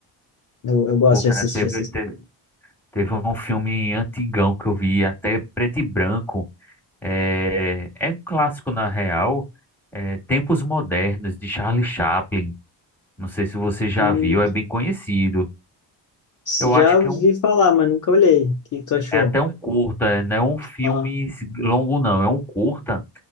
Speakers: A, on the left; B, in the centre.
A: Eu, eu gosto
B: Pô, cara,
A: de assistir
B: teve,
A: essas
B: teve, teve um filme antigão que eu vi, até preto e branco. É, é um clássico, na real. É Tempos Modernos, de Charlie Chaplin. Não sei se você já
A: coisas.
B: viu, é bem conhecido. Eu
A: Já
B: acho que
A: ouvi
B: é um.
A: falar, mas nunca olhei. O que que tu achou?
B: É até um curta, não é um filme
A: Ah,
B: longo, não. É um curta